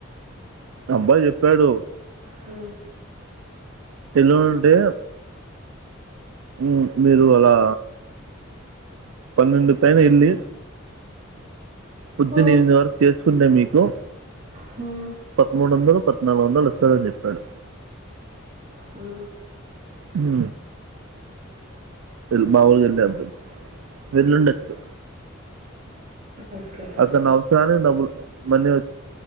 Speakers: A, on the right; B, on the right.
A: అబ్బాయి చెప్పాడు
B: హ
A: తేల్వ ఉంటే ఉమ్ మీరు అలా పన్నెండు పైన ఏళ్లి పొద్దున్న
B: హ్మ్.
A: ఎనిమిది వరకు చేసుకుంటా మీకు
B: హ్మ్.
A: పదమూడు వందలు పద్నాలుగు వందలు వస్తాదని చెప్పాడు
B: ఉ
A: ఉ వెల్ బావుల్ డబ్ వెల్లుడొచ్చు
B: ఓకే అండి
A: అతను అవసరాన్ని డబ్బు మణి